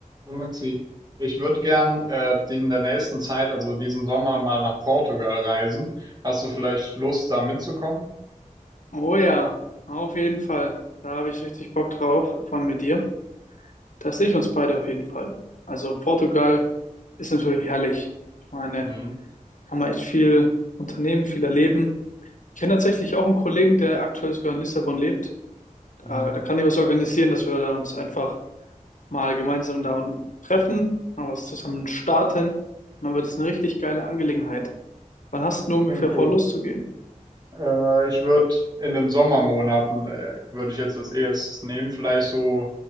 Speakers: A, on the right (about 30°); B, on the left (about 65°).
A: Hallo Maxi, ich würde gern äh, die- in der nächsten Zeit, also diesen Sommer, mal nach Portugal reisen. Hast du vielleicht Lust, da mitzukommen?
B: Oh ja, auf jeden Fall. Da habe ich richtig Bock drauf von mit dir. Das sehe ich uns beide auf jeden Fall. Also Portugal ist natürlich herrlich. Ich meine,
A: Mhm.
B: kann man echt viel unternehmen, viel erleben. Ich kenne tatsächlich auch einen Kollegen, der aktuell sogar in Lissabon lebt. Da,
A: Mhm.
B: da kann ich was organisieren, dass wir da uns einfach mal gemeinsam da treffen, mal was zusammen starten. Und dann wird es eine richtig geile Angelegenheit. Wann hast du
A: Das
B: ungefähr
A: klingt gut.
B: vor, loszugehen?
A: Äh, ich würde in den Sommermonaten, äh, würde ich jetzt das erstes nehmen, vielleicht so